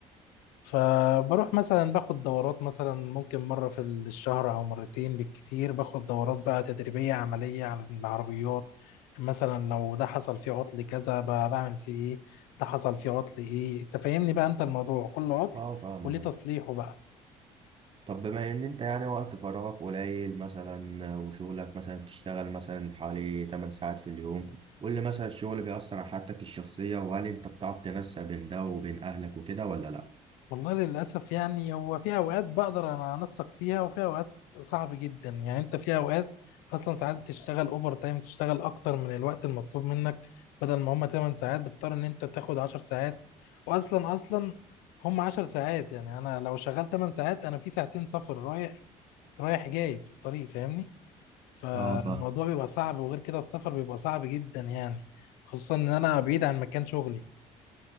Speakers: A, on the left; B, on the right.
A: فبروح مثلا باخد دورات مثلا ممكن مرة في الشهر أو مرتين بالكتير باخد دورات بقى تدريبية عملية على العربيات مثلا لو ده حصل فيه عطل كذا ب- بعمل فيه ايه ده حصل فيه عطل ايه تفهمني بقى انت الموضوع كل عطل
B: اه اه فاهمك
A: وليه تصليحه بقى
B: طب بما ان انت يعني وقت فراغك قليل مثلا وشغلك مثلا بتشتغل مثلا حوالي 8 ساعات في اليوم قول لي مثلا الشغل بيأثر على حياتك الشخصية وهل انت بتعرف تنسق بين ده وبين اهلك وكده ولا لا؟
A: والله للأسف يعني هو في أوقات بقدر أنا أنسق فيها وفي أوقات صعب جدا يعني أنت في أوقات أصلا ساعات بتشتغل أوفر تايم تشتغل أكتر من الوقت المطلوب منك بدل ما هما 8 ساعات بتضطر إن أنت تاخد 10 ساعات وأصلا أصلا هما 10 ساعات يعني أنا لو شغال 8 ساعات أنا في ساعتين سفر رايح رايح جاي في الطريق فاهمني فالموضوع
B: اه فاهم
A: بيبقى صعب وغير كده السفر بيبقى صعب جدا يعني خصوصا إن أنا بعيد عن مكان شغلي